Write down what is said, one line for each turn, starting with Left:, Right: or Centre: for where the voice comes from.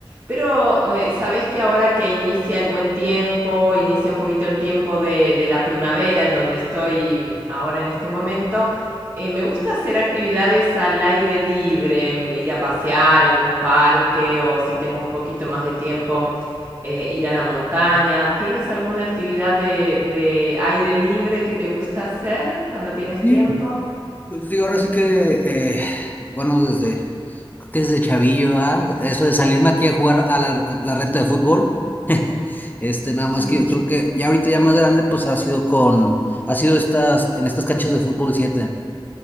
Right: Pero eh, sabés que ahora que inicia el buen tiempo, inicia un poquito el tiempo de, de la primavera en donde estoy mm, ahora en este momento, eh, me gusta hacer actividades al aire libre, mm, ir a pasear a algún parque o si tengo un poquito más de tiempo eh, ir a la montaña. ¿Tienes alguna actividad de, de aire libre que te gusta hacer cuando tienes
Left: Sí,
Right: tiempo?
Left: pues digo, ahora sí que, eh, bueno, desde, creo que desde chavillo, ¿ah? Eso de salirme aquí a jugar a la, a la reta de fútbol, este, nada más
Right: Sí.
Left: que yo creo que ya ahorita ya más grande, pues ha sido con, ha sido estas, en estas canchas de fútbol 7